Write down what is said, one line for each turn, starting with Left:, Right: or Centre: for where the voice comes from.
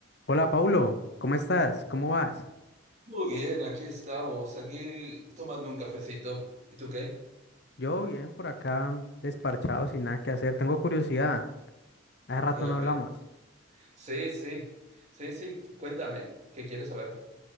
Left: Hola, Paulo, ¿cómo estás? ¿Cómo vas?
Right: Muy bien, aquí estamos, aquí tomando un cafecito. ¿Y tú qué?
Left: Yo bien por acá, desparchado, sin nada que hacer. Tengo curiosidad. Hace rato
Right: Dígame.
Left: no hablamos.
Right: Sí, sí, sí, sí, cuéntame, ¿qué quieres saber?